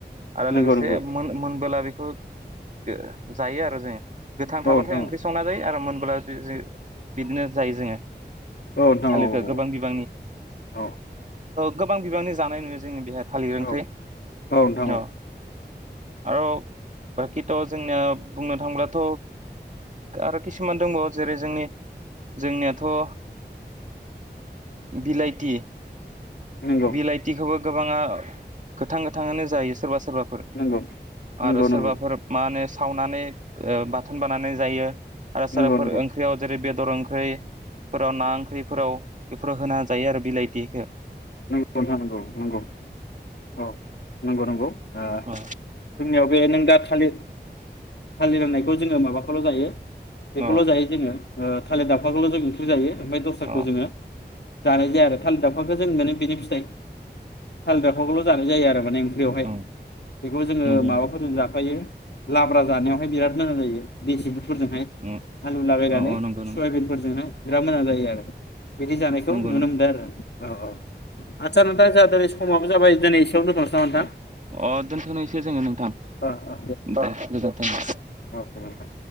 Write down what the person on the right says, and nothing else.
आरो
लोगोसे
मोन मोनबोला बेखौ गो जायो आरो जोङो गोथां
थाबाथाय ओंख्रि संना जायो आरो। मोनब्ला दि जो बिदिनो जायो जोङो
थालिरखौ
<unintelligible> ओ
गोबां बिबांनि जानाय नुयो जोङो बेहाय थालिर ओंख्रि
अ
औ बाखिथ' जोंनिया बुंनो थांब्लाथ' आरो खिसुमान दंबावो जेरै जोंनि जोंनियाथ' ओ बिलाइथि
बिलायथि खोबो गोबाङा गोथां गोथाङानो जायोस सोरबा सोरबाफोर
आरो सोरबाफोर
मा होनो सावनानै ओ बाथोन बानानै जायो। आरो साराफोर
ओंख्रियाव जेरै बे दर ओंख्रै फोराव ना ओंख्रिफोराव बेफोराव होना जायो आरो बिलाइथिखो
अ
अ
अ
औ
नंगौ
नंगौ
अ
अ नंगौ नंगौ
नंगौ
नंगौ
अ अ दोनथ'निसै जोङो नोंथां
दास गोजोनथों